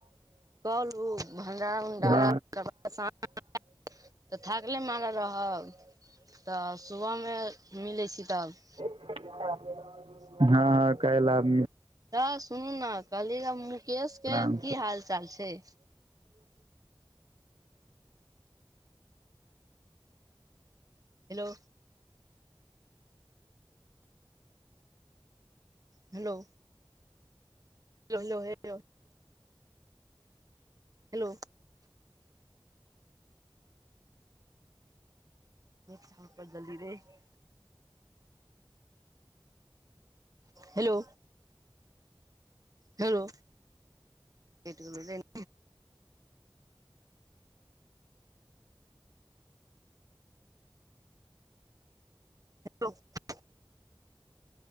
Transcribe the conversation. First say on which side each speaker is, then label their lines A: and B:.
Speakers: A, on the right; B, on the right.
A: कल भंडारा उंडारा।
B: हँ
A: तऽ थाकल मारल रहब तऽ सुबहमे मिलै छी तखन।
B: हँ हँ, कैलय एभीए हो।
A: तऽ सुनू ने, कहलियै मुकेशकेँ
B: आरामसँ
A: की हाल चाल छै? Hello hello hello hello hello छप जली र <unintelligible> हेलो हेलो, कट गेलो लाइनमे। दो <unintelligible>